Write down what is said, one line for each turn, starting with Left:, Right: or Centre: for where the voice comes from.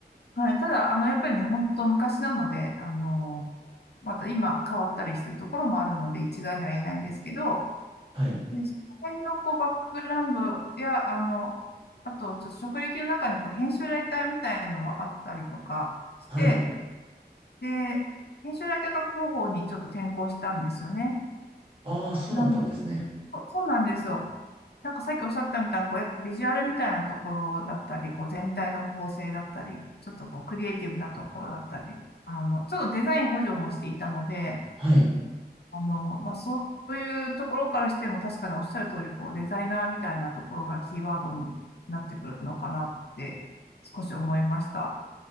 Left: はい、ただ、あの、やっぱりね、本当昔なので、あの、また今変わったりしてるところもあるので、一概には言えないんですけど、
Right: はい。
Left: で、その辺のこう、バックグラウンドや、あの、あと、ちょっと職歴の中にこう、編集ライターみたいのもあったりとかして、
Right: はい。
Left: で、編集ライターが広報にちょっと転向したんですよね。
Right: ああ、そうだったんですね。
Left: なん、そうなんですよ。なんかさっきおっしゃったみたいなこうやっぱビジュアルみたいなところだったり、こう全体の構成だったり、ちょっとこうクリエイティブなところだったり、あのちょっとデザイン補助もしていたので、
Right: はい。
Left: あのまあそういうところからしても確かにおっしゃる通りこうデザイナーみたいなところがキーワードになってくるのかなって少し思いました。